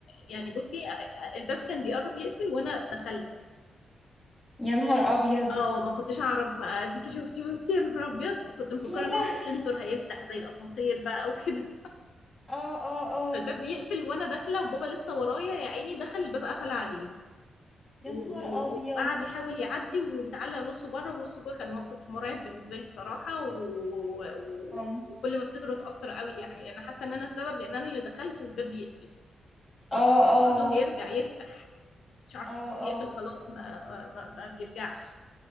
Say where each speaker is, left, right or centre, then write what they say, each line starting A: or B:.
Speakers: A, on the left (about 70°); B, in the centre.
A: يعني بصي آه، الباب كان بيقرب يقفل وأنا دخلت
B: يا نهار ابيض
A: اه ما كنتش اعرف بقى اديكي شفتي بصي يا نهار ابيض كنت
B: يا
A: مفكره
B: لهوي
A: ان هو في سنسور هيفتح زي الاسانسير بقى وكده
B: اه اه
A: <laughs>
B: اه
A: فالباب بيقفل وانا داخله وبابا لسه ورايا يا عيني دخل الباب قفل عليه
B: يا
A: و-
B: نهار
A: و-
B: ابيض
A: وقعد يحاول يعدي ومتعلق نصه بره ونصه جوه كان موقف مرعب بالنسبه لي بصراحه و... و...
B: اه
A: وكل ما افتكره اتاثر قوي يعني انا حاسه ان انا السبب لان انا اللي دخلت والباب بيقفل
B: اه
A: برضه هيرجع يفتح مش عارفه
B: اه
A: إن هو بيقفل
B: اه
A: خلاص ما ما, ما ما بيرجعش